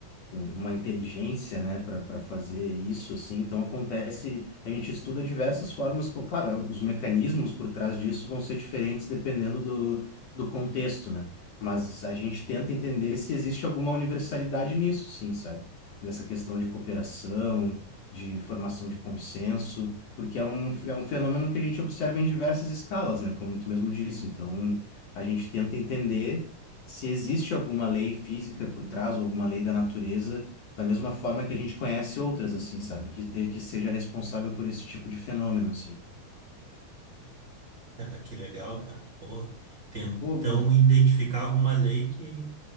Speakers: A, on the left; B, on the right.
A: um- uma inteligência, né, para fazer isso, assim. Então acontece, a gente estuda diversas formas, com, claro, os mecanismos por trás disso vão ser diferentes dependendo do, do contexto, né? Mas a gente tenta entender se existe alguma universalidade nisso, sim, sabe? Nessa questão de cooperação, de formação de consenso, porque é um, é um fenômeno que a gente observa em diversas escalas, né? Como tu mesmo disse. Então, a gente tenta entender se existe alguma lei física por trás ou alguma lei da natureza, da mesma forma que a gente conhece outras, assim, sabe? Que, te- que seja responsável por esse tipo de fenômeno, assim.
B: Ah, que legal, cara. Porra. Tentam
A: Pô, mas...
B: identificar alguma lei que